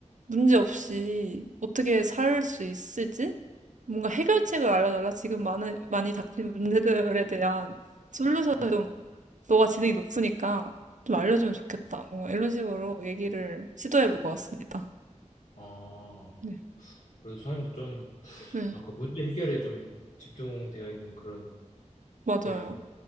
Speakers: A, on the right; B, on the left.
A: 문제없이 어떻게 살 수 있을지? 뭔가 해결책을 알려달라. 지금 많은, 많이 닥친 문제들에 대한
B: 음.
A: 좀, 너가 지능이 높으니까 좀 알려주면 좋겠다. 뭔가 이런 식으로 얘기를 시도해볼 것 같습니다.
B: 아,
A: 네.
B: 그래서 수아님도 좀
A: 네,
B: 뭔가 문제 해결에 좀 집중되어 있는 그런
A: 맞아요.
B: 답변이네요.